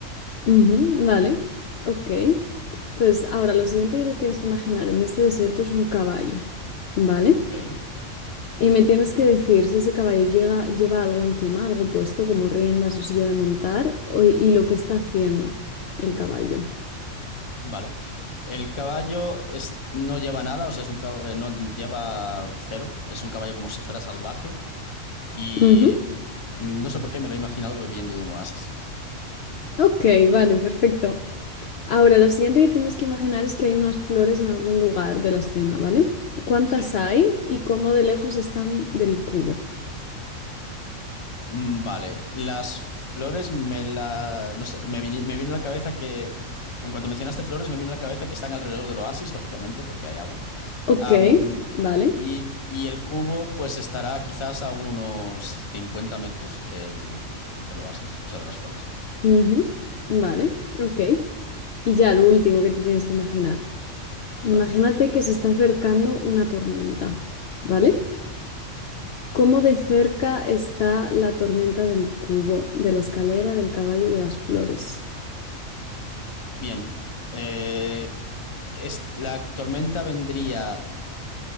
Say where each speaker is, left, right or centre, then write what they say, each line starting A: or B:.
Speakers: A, on the left (about 60°); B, on the left (about 25°).
A: ujú, vale. Ok. Entonces, ahora lo siguiente que te tienes que imaginar en este desierto es un caballo, ¿vale?
B: Ok.
A: Y me tienes que decir si ese caballo llega- lleva algo encima, algo puesto, como riendas o silla de montar, o- y lo que está haciendo el
B: Ujú.
A: caballo.
B: Vale. El caballo es- no lleva nada, o sea, es un cab- no lleva cero, es un caballo como si fuera salvaje y
A: Ujú.
B: mm, no sé por qué me lo he imaginado bebiendo de un oasis.
A: Ok, vale, perfecto. Ahora, lo siguiente que tienes que imaginar es que hay unas flores en algún lugar de la escena, ¿vale? ¿Cuántas
B: Sí.
A: hay y cómo de lejos están del cubo?
B: Mm, Vale, las flores me la... no sé, me vini- me vino a la cabeza que... En cuanto mencionaste flores, me vino a la cabeza que están alrededor del oasis, lógicamente, porque hay agua.
A: Ok,
B: Am,
A: vale.
B: y, y el cubo pues estará quizás a unos 50 metros del, del oasis, o sea, de las flores.
A: ujú, Vale, ok. Y ya lo último que te tienes que imaginar.
B: Vale,
A: Imagínate que se está acercando una tormenta, ¿vale?
B: ok.
A: ¿Cómo de cerca está la tormenta del cubo, de la escalera, del caballo y de las flores?
B: Bien, eh, es- la tormenta vendría,